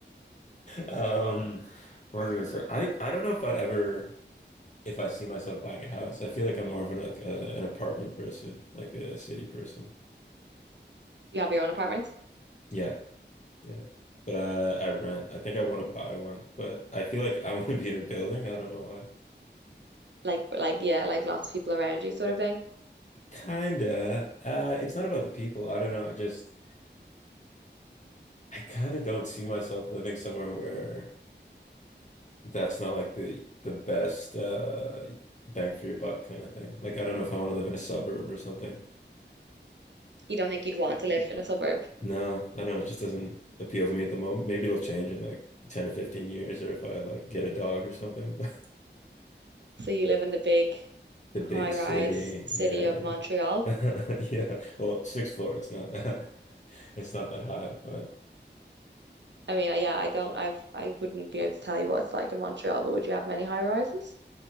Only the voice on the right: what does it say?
you have your own apartment.
Like like yeah, like lots of people around you sort of thing.
You don't think you'd want to live in a suburb.
So you live in the big
high-rise
city
of Montreal.
I mean, yeah, I don't, I've, I wouldn't be able to tell you what it's like in Montreal, but would you have many high rises?